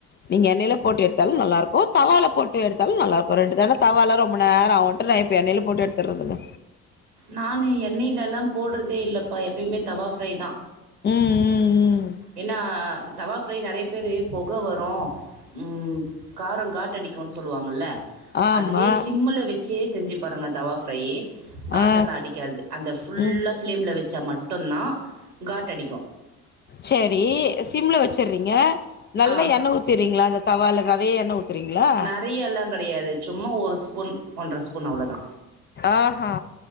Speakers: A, on the left; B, on the right.
A: நீங்க எண்ணெயில போட்டு எடுத்தாலு நல்லாருக்கு தவால போட்டு எடுத்தாலு நல்லாருக்கு ரெண்டு தட தவால ரொம்ப நேராகு இப்ப நா எண்ணெயில போட்டு எடுத்தர்றதுங்க
B: நானு எண்ணெய்லலா போட்றதே இல்லப்பா எப்பயுமே தவா ஃப்ரை தா
A: ம் ம் ம்
B: ஏன்னா தவா ஃப்ரை நறைய பேரு பொக வரு ம் காரோ காட்டடிக்குனு சொல்லுவாங்கல்ல
A: ஆமாம்
B: அதுவே சிம்முல வச் சே செஞ்சு பாருங்க தவா ஃப்ரையி காட்டல்லா
A: ஆ
B: அடிக்காது அந்த ஃபுல்லா
A: ம்
B: ஃப்ளேம்ல வெச்சா மட்டுந்தா காட்டடிக்கு
A: செரி சிம்ல வெச்சற்றீங்க நல்லா
B: ஆ
A: எண்ணெ ஊ த்துறீங்ளா அந்த தவால நெறைய எண்ணெ ஊத்துறீங்ளா
B: நெறையெல்லாங் கெடயாது சும்மா ஒரு ஸ்பூன் ஒன்ற ஸ்பூன் அவ்ளோதா
A: ஆஹா